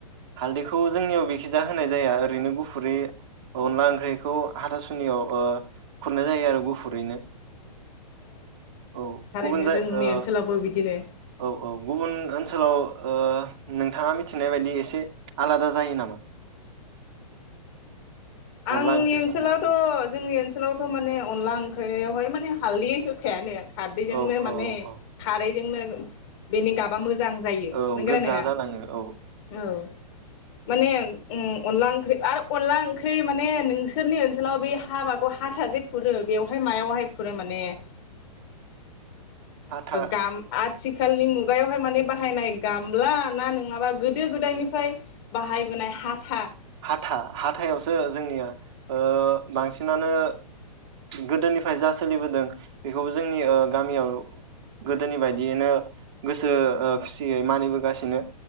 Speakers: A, on the right; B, on the left.
A: हालदैखौ जोंनियाव बेखिजा होनाय जाया ओरैनो गुफुरै अनला ओंख्रैखौ हाथासुनियाव ओ खुरनाय जायो आरो गुफुरैनो औ
B: थारैनो
A: गुबुन जाय
B: जोंनि
A: ओ
B: ओनसोलावबो बिदिनो
A: औ औ गुबुन ओनसोलाव ओ नोंथाङा मिथिनाय बायदि एसे आलादा जायो नामा
B: आंनि
A: अनला ओंख्रि
B: ओनसोलावथ'
A: संनाय
B: जोंनि ओनसोलावथ' माने अनला ओंख्रै आव बहाय माने हालदि होखाया नो खारदैजोंनो
A: औ
B: माने
A: औ औ
B: खारैजोंनो बेनि गाबा मोजां मोजां जायो
A: औ
B: नोंगोना
A: गोजा
B: नोङा
A: जालाङो औ
B: औ माने अनला ओंख्रि आरो अनला ओंख्रि माने नोंसोरनि ओनसोलाव बे हाबाखौ हाथाजे खुरो बेवहाय मायावहाय खुरो माने ओ
A: हाथा
B: गाम आथि आथिखालनि मुगायावहाय माने बाहायनाय गामला ना नङाबा गोदो गोदायनिफ्राय बाहायबोनाय हाथा
A: हाथा हाथायावसो जोंनिया ओ बांसिनानो गोदोनिफ्राय जा सोलिबोदों बेखौबो जोंनि ओ गामियाव गोदोनि बायदियैनो गोसो खुसियै ओ मानिबोगासिनो